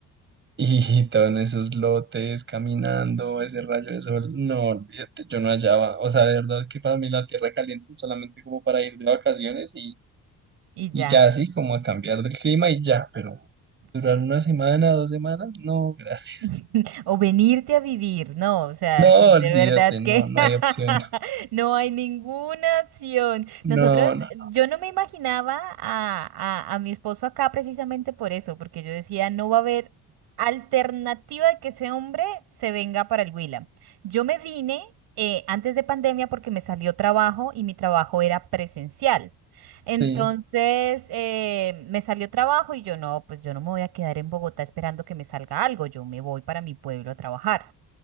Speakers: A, on the right (about 30°); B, on the right (about 80°).
A: y <laughs> todo en esos lotes, caminando, ese rayo de sol, no, olvídate, yo no hallaba. O sea, de verdad que para mí la tierra caliente es solamente como para ir de vacaciones
B: Y
A: Y
B: ya.
A: ya así como a cambiar del clima y ya, pero durar
B: Sí.
A: una semana, dos semanas, no, gracias.
B: <laughs> O venirte a vivir, no, o sea,
A: No,
B: sí,
A: olvídate,
B: de verdad
A: no,
B: que
A: no
B: <laughs>
A: hay opción.
B: no hay ninguna opción.
A: No,
B: Nosotros,
A: no,
B: yo no me imaginaba a, a, a mi esposo acá precisamente por eso, porque yo decía, no va a haber alternativa de que ese hombre se venga para el Huila. Yo me vine eh, antes de pandemia porque me salió trabajo y mi trabajo era presencial. Entonces
A: sí,
B: eh, me salió trabajo y yo no, pues yo no me voy a quedar en Bogotá esperando que me salga algo, yo me voy para mi pueblo a trabajar.